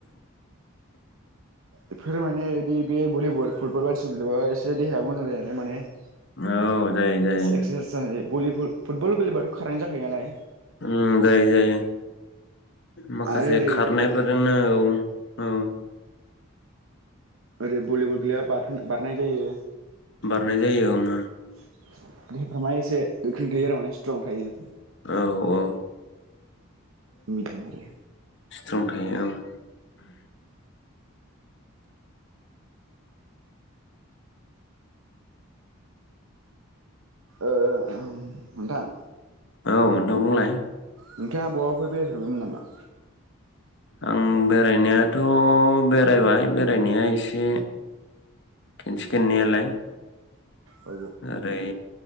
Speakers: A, on the right; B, on the left.
A: बेफोर माने एदि बे भलिबल फुटबल एसे देहाया मोजां जायो। लेन माने <unintelligible>
B: औ जायो जायो
A: <unintelligible> नालाय
B: <inaudible> उ जायो जायो। माखासे
A: आरो ओरै
B: खारनायफोरजोंनो औ ओ
A: ओरै भलिबल गेलेबा बारहोन बारनाय जायो।
B: बारनाय जायो ओं ओं
A: <unintelligible> माएसे गोख्रों थायो आरो माने स्ट्रं थायो।
B: औ-औ
A: बिदिनो आरो
B: सिट्रं थायो ओं
A: ओओ नोंथां
B: औ नोंथां बुंलाय
A: नोंथाङा बहाफोर बेरायफेरबायमोन नामा?
B: आं बेरायनायाथ' बेरायबाय बेरायनाया एसे खेनसे खेननैयालाय
A: औ
B: ओरै